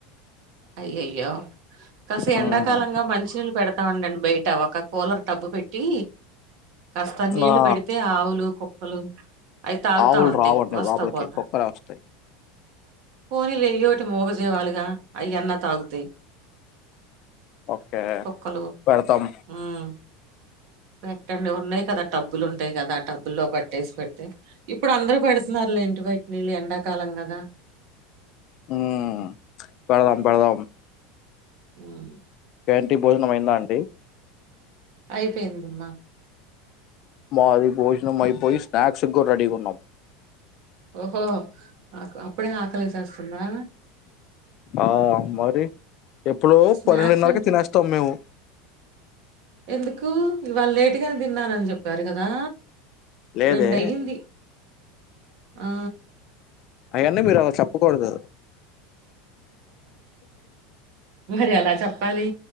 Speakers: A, on the right; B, on the left.
A: అయ్యయ్యో కాస్త
B: మ్మ్
A: ఎండాకాలంగా. మంచినీళ్ళు పెడత్ తా ఉండండి బయట. ఒక కూలర్ టబ్బు పెట్టి కాస్త నీళ్లు
B: ఆ
A: పెడితే. ఆవులు, కుక్కలు అయి తాగుతా
B: ఆవులు
A: ఉంటాయి.
B: రావండి
A: వస్తా
B: లోపలికి
A: పోత
B: కుక్కలే వస్తాయి
A: పోనీలే ఎయ్యోటి మోగజీవాలుగా. అయ్యన్న తాగుతాయి.
B: ఓకే
A: కుక్కలు
B: పెడతం.
A: ఉమ్ పెట్టండి ఉన్నాయి కదా. టబ్బులు ఉంటాయి కదా. ఆ టబ్బుల్లో పట్టేసి పెడితే. ఇప్పుడు అందరూ పెడుతున్నారులే, ఇంటి బైట నీళ్ళు ఎండాకాలం గాదా.
B: ఉమ్ పెడదాం, పెడదాం.
A: హ్మ్మ్
B: ఏంటీ భోజనం అయిందా అండి.
A: అయిపోయింద్మ్మా.
B: మాది భోజనం అయిపోయి. స్నాక్స్కి గూడా రెడీగున్నం.
A: ఓహో హ ఆక్ అప్పుడే ఆకలేసేస్తుందా.
B: ఆ మరి ఎప్పుడో
A: స్నాక్స్
B: పన్నెండున్నరకే
A: అంటే
B: తినేస్తాం. మేము
A: ఎందుకు ఇవాళ లేటుగానే తిన్నానని చెప్పారు గాదా.
B: లేదే
A: రెండయ్యింది ఆ
B: అవన్నీ మీరు అలా చెప్పకూడదు
A: మరి ఎలా చెప్పాలి.